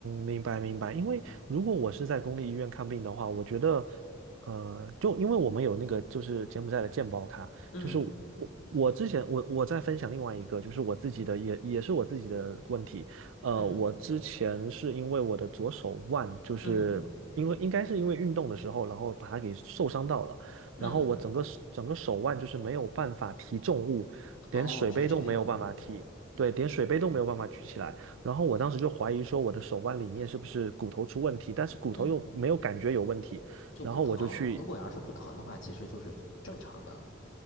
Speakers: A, on the right (about 75°); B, on the left (about 80°).
A: 明白明白。因为如果我是在公立医院看病的话，我觉得，呃，就因为我们有那个就是柬埔寨的健保卡，
B: 嗯
A: 就是我我之前我我在分享另外一个，就是我自己的也也是我自己的问题。呃，
B: 嗯
A: 我之前是因为我的左手腕，就是因为应该是因为运动的时候，
B: 嗯
A: 然后把它给受伤到了，
B: 嗯，
A: 然后我整个整个手腕就是没有办法提重物，连水杯都没有办法提，
B: 哦，是这样。
A: 对，连水杯都没有办法举起来。然后我当时就怀疑说我的手腕里面是不是骨头出问题，但是骨头又没有感觉有问题，
B: 嗯，就不疼。
A: 然后我就去，
B: 如果要是不疼的话，其实就是正常的。